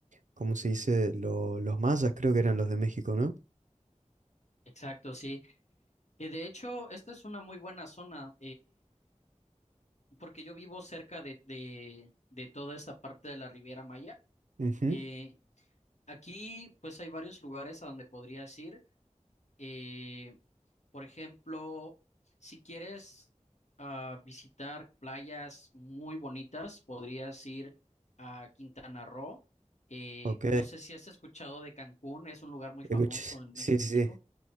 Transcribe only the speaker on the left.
Exacto, sí. Y de hecho, esta es una muy buena zona. porque yo vivo cerca de, de, de toda esta parte de la Riviera Maya.
Eh, aquí, pues, hay varios lugares a donde podrías ir. Eh, por ejemplo, si quieres ah, visitar playas muy bonitas, podrías ir a Quintana Roo. Eh,
no sé si has escuchado de Cancún, es un lugar muy famoso
en
México.